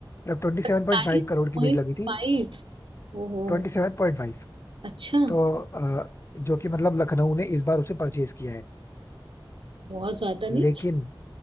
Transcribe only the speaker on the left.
मतलब twenty seven
point five crore की
बिड लगी थी
Twenty seven point five
तो अ, जो कि मतलब लखनऊ ने इस बार उसे परचेज किया है
लेकिन